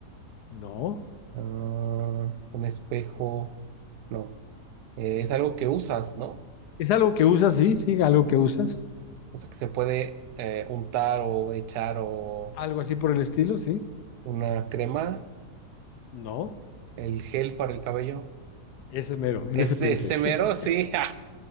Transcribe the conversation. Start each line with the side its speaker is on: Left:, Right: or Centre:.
Left: No.
Right: ah, un espejo, no, Eh, es algo que usas, ¿no?
Left: ¿Es algo que usas? Sí, sí, algo que usas.
Right: O sea, que se puede eh, untar o echar o
Left: Algo así por el estilo, sí.
Right: una crema,
Left: No.
Right: el gel para el cabello.
Left: Ese mero, en
Right: Ese,
Left: ese pensé.
Right: ese mero,
Left: <laughs>
Right: sí.